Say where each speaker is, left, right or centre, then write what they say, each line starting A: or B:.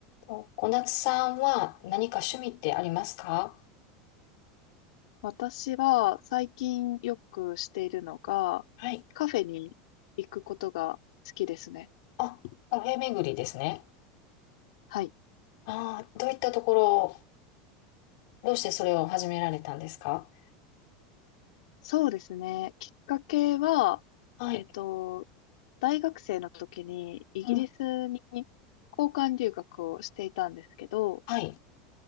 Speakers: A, on the left (about 55°); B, on the left (about 80°).
A: お小夏さんは何か趣味ってありますか
B: 私は最近よくしているのが、
A: はい。
B: カフェに行くことが好きですね。
A: あ、カフェ巡りですね。
B: はい。
A: ああ、どういったところ、どうしてそれを始められたんですか
B: そうですね。きっかけは、
A: はい。
B: えっと、大学生の時にイギリスに
A: うん。
B: 交換留学をしていたんですけど、
A: はい。